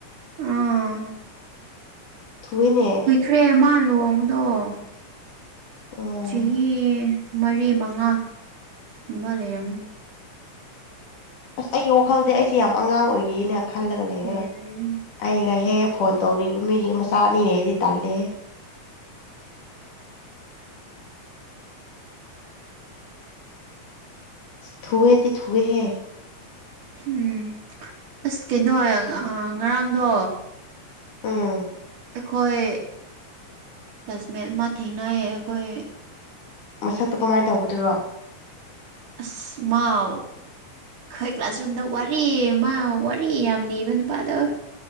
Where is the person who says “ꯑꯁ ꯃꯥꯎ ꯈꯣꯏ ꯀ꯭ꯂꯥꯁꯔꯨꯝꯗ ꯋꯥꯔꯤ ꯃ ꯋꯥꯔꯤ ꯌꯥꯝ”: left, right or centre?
Right